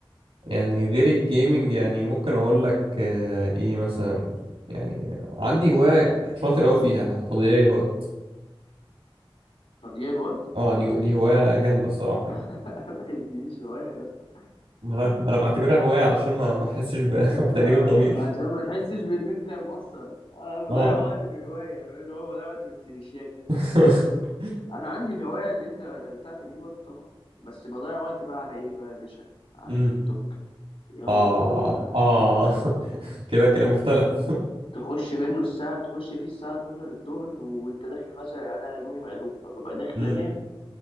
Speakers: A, on the right; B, on the left.
A: يعني غير الجيمنج يعني ممكن أقول لك آه، إيه مثلا يعني عندي هواية شاطر أوي فيها أنا تضييع الوقت
B: تضييع الوقت
A: اه دي دي هواية جامدة الصراحة يعني
B: <laughs> دي هواية يا اسطى
A: ما انا ما انا بعتبرها هواية علشان ما ما احسش ب-
B: آه،
A: <laughs> بتأنيب الضمير
B: عشان ما تحسش بان انت مقصر انا بضيع
A: اه
B: وقت بهواية اللي هو بضيع وقت بالسيبشياكة
A: <laughs>
B: انا عندي الهواية اللي انت بتاعتك دي برضه طبعا بس بضيع وقت بقى على ايه بقى يا باشا على
A: امم
B: التيك توك يا
A: اه
B: نهار ازرق على التيك
A: اه
B: توك
A: <laughs> كده الكلام اختلف
B: تخش منه الساعة تخش فيه الساعة 12 الظهر وانت داخل مثلا يعني انا يومي مقلوب فببقى داخل
A: امم
B: انام